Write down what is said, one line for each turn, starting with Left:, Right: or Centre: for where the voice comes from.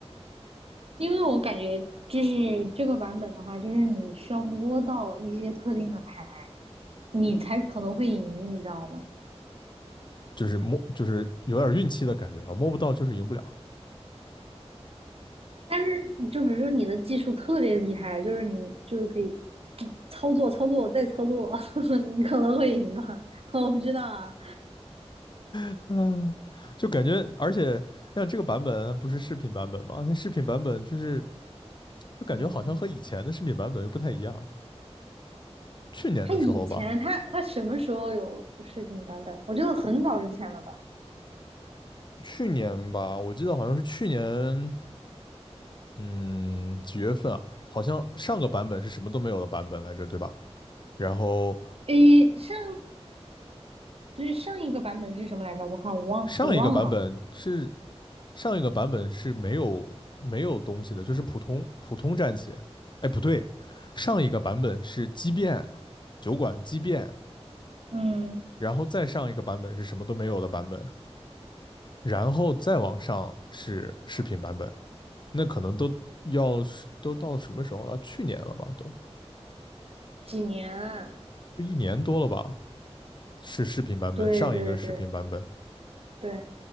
Right: 因为我感觉就是这个版本的话，就是你需要摸到一些特定的牌。你才可能会赢，你知道吗？
Left: 就是摸就是有点运气的感觉了，摸不到就是赢不了，
Right: 但是你就比如说你的技术特别厉害，就是你就是可以嗯操作操作再操作，<laughs> 你可能会赢吧？<laughs> 我不知道啊，
Left: <laughs> 嗯，就感觉而且像这个版本不是视频版本吗？那视频版本就是就感觉好像和以前的视频版本又不太一样，
Right: 嗯，
Left: 去年的时候吧，
Right: 他以前他他什么时候有视频版本？我觉得很早之前了吧？
Left: 去年吧，我记得好像是去年。嗯，几月份啊？好像上个版本是什么都没有的版本来着，对吧？然后
Right: 诶，上对上一个版本是什么来着？我看我忘我忘了，
Left: 上一个版本是上一个版本是没有没有东西的，就是普通普通战旗。哎，不对，上一个版本是畸变酒馆畸变，
Right: 嗯，
Left: 然后再上一个版本是什么都没有的版本，然后再往上是视频版本。那可能都要都到什么时候了？去年了吧，都
Right: 几年啊
Left: 就一年多了吧。是视频版本，
Right: 对对对
Left: 上一个视频版本，
Right: 对。